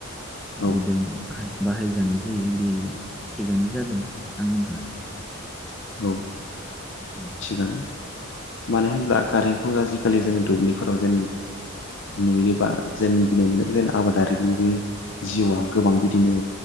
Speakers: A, on the left; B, in the centre.
A: औ
B: बिदों बाहायजानो जि बेयो बे थिकआनो जादों आंनिबा
A: औ।
B: औ
A: थिगानो। मानो होनब्ला कारेन्टखौ आजिखालि जोङो दुब्लिफोराव जेन। नुयोबा जेन। गिनाय मोनो जेन आबादारिनि बेबो जिउआ गोबां बिदिनो।